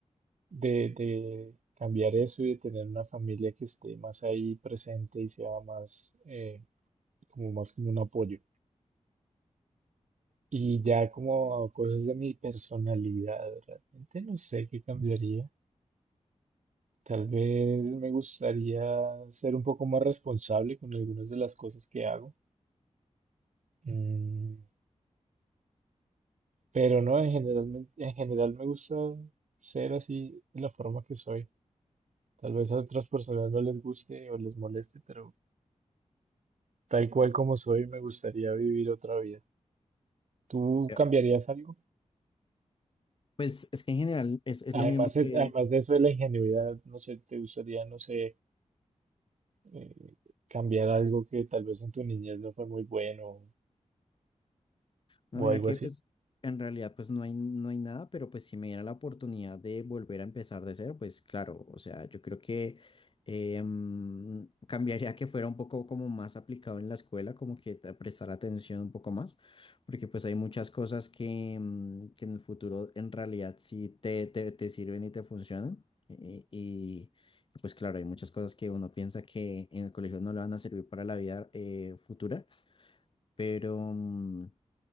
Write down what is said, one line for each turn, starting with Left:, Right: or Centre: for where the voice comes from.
Right: de, de cambiar eso y de tener una familia que esté más ahí presente y sea más, eh, como más como un apoyo. Y ya como cosas de mi personalidad, realmente no sé qué cambiaría. Tal vez me gustaría ser un poco más responsable con algunas de las cosas que hago. Mm, pero no, en general, me- en general me gusta ser así de la forma que soy. Tal vez a otras personas no les guste o les moleste, pero Tal cual como soy, me gustaría vivir otra vida. ¿Tú
Left: Pero,
Right: cambiarías algo?
Left: Pues es que en general es, es
Right: Además,
Left: lo mismo
Right: eh,
Left: que,
Right: además de eso de la ingenuidad, no sé, ¿te gustaría, no sé, eh, cambiar algo que tal vez en tu niñez no fue muy bueno
Left: No,
Right: o
Left: mira
Right: algo
Left: que
Right: así?
Left: pues en realidad pues no hay, no hay nada, pero pues si me diera la oportunidad de volver a empezar de cero, pues claro, o sea, yo creo que eh, mm, cambiaría que fuera un poco como más aplicado en la escuela, como que te- prestar atención un poco más, porque pues hay muchas cosas que, mm, que en el futuro en realidad sí te, te, te sirven y te funcionan. eh, Y, y pues claro, hay muchas cosas que uno piensa que en el colegio no le van a servir para la vida eh, futura, pero... mm,